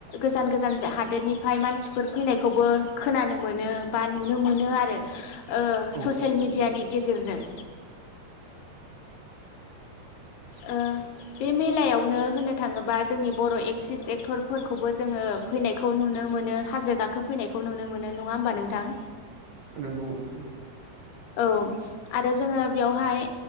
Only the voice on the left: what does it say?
गोजान गोजान हादोरनिफ्राय मानसिफोर नायखौबो खोनानो मोनो बा नुनो मोनो आरो
ससियेल मेडियानि
गेजेरजों। <inaudible> ओ बे मेलायावनो होननो थाङोबा जोंनि बर' एक्ट्रिस एक्टरफोरखौबो जोङो फैनायखौ नुनो मोनो हाजो गाखोफैनायखौ नुनो मोनो नङा होमबा नोंथां।
औ आरो जोङो बेयावहाय